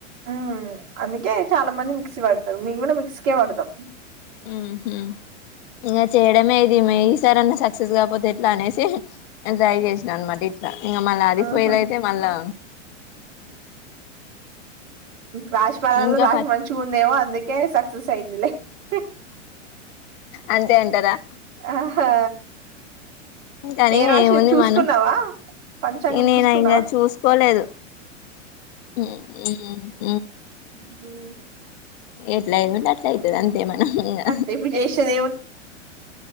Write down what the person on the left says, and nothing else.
ఉమ్ ఉహూ ఇంకా చేయడమే ఇది మ ఈసారన్న సక్సెస్ కాకపోతే ఎట్లా అనేసి ట్రై చేసినా అనమాట ఇట్లా ఇంకా మళ్ళా అది
ఫెయిల్ అయితే మళ్ళా
ఇంకా
ప
అంతే అంటారా
కనీ
ఇగ
ఏముంది
మనం
నేను
ఇంగా చూసుకోలేదు ఉమ్
ఎట్లా అయ్యేదుంటే అట్లా అవుతుంది అంతే మనం ఇంగా